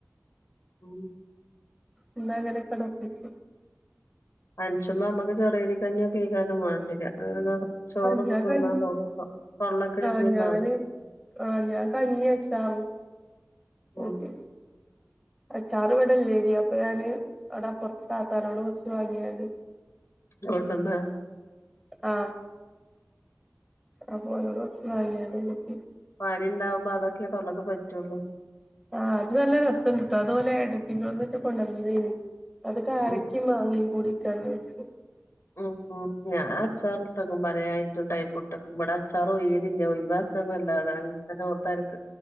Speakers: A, on the left (about 60°); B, in the centre.
A: ഉം
B: ഇന്ന് അങ്ങനെക്കെ ണ്ട് ഒപ്പിച്ച്
A: പൻച്ചുബം നമ്മക്ക് ചെറിയ അരികഞ്ഞിയൊക്കെക്കാരം മാണ്ടിയ രാ <unintelligible> ചോറൊന്നും
B: ആഹ് ഞാൻ
A: തിന്നാ
B: കഞ്ഞി
A: തോന്ന്പ്പം തൊള്ളക്ക്‌ രുചി
B: ആഹ്
A: ഉണ്ടാവില്ല
B: ഞാന് ആഹ് ഞാൻ കഞ്ഞി അച്ചാറും കൂട്ടി
A: ഉം
B: അച്ചാറ് ഇവിടെ ല്ലേനി അപ്പൊ ഞാന് അവിടെ അപ്പുറത്ത് താത്താനോട് കുറച്ച് വാങ്ങിയാണ്ട് <unintelligible>
A: കൊണ്ടന്ന്
B: ആഹ് അപ്പൊ ഓലോട് കുറച്ചു വാങ്ങിക്കാണ്ട് നോക്കി
A: പനി ഉണ്ടാവുമ്പോ അതൊക്കെ തൊള്ളക്ക്‌ പറ്റുള്ളൂ
B: ആഹ് അത് നല്ല രസണ്ട് ട്ടോ അത് ഓല് ഏടത്തിന്റെ ഓട്ന്ന് കൊറച്ച്കൊണ്ടുവന്നേ തേയ്നി അത് കാരക്ക
A: ഉം
B: മാങ്ങയും കൂടിട്ടാണ് വെച്ചത്
A: ഉം ഞാൻ അച്ചാറ്ട്ടക്കും പലേ ഐറ്റം <unintelligible> ഫുഡ് ഒക്കെ ബാടെ അച്ചാർ ഒഴിയലില്ല ഒഴിവാക്കാന്നല്ലാതെ അങ്ങനെ